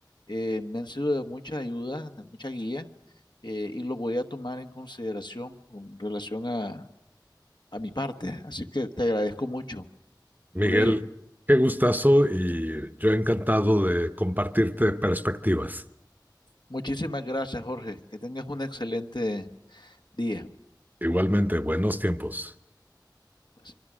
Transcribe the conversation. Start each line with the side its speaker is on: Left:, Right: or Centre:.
Left: Eh, me han sido de mucha ayuda, de mucha guía eh, y lo voy a tomar en consideración con relación a, a mi parte. Así que te agradezco mucho
Right: Miguel,
Left: por ello.
Right: qué gustazo y yo encantado de compartirte perspectivas.
Left: Muchísimas gracias, Jorge. Que tengas un excelente día.
Right: Igualmente, buenos tiempos.
Left: Pues,